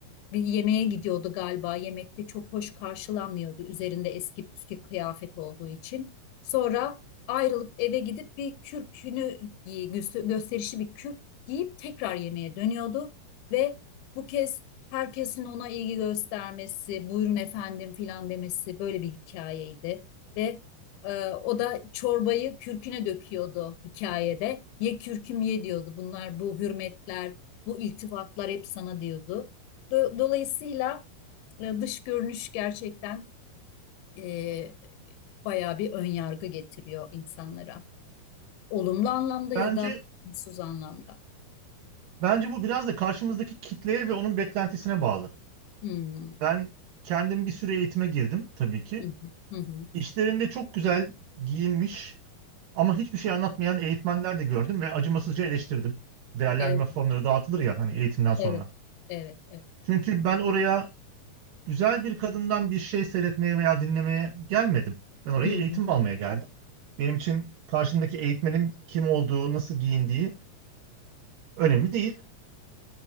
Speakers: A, on the left; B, on the right.
A: bir yemeğe gidiyordu galiba, yemekte çok hoş karşılanmıyordu üzerinde eski püskü kıyafet olduğu için. Sonra ayrılıp eve gidip bir kürkünü giy, göster- gösterişli bir kürk giyip tekrar yemeğe dönüyordu ve bu kez herkesin ona ilgi göstermesi, buyurun efendim filan demesi böyle bir hikayeydi. Ve e, o da çorbayı kürküne döküyordu hikayede. Ye kürküm ye diyordu. Bunlar bu hürmetler, bu iltifatlar hep sana diyordu. Do- dolayısıyla e, dış görünüş gerçekten e, bayağı bir ön yargı getiriyor insanlara. Olumlu anlamda ya
B: Bence
A: da olumsuz anlamda.
B: bence bu biraz da karşımızdaki kitleye ve onun beklentisine bağlı.
A: Hmm.
B: Ben kendim bir süre eğitime girdim tabii ki.
A: Hı hı. Hı hı.
B: İşlerinde çok güzel giyinmiş ama hiçbir şey anlatmayan eğitmenler de gördüm ve acımasızca eleştirdim. Değerlendirme
A: Evet,
B: formları dağıtılır ya hani eğitimden sonra.
A: evet, evet, evet.
B: Çünkü ben oraya güzel bir kadından bir şey seyretmeye veya dinlemeye gelmedim. Ben oraya
A: Hı.
B: eğitim almaya geldim. Benim için karşımdaki eğitmenin kim olduğu, nasıl giyindiği önemli değil.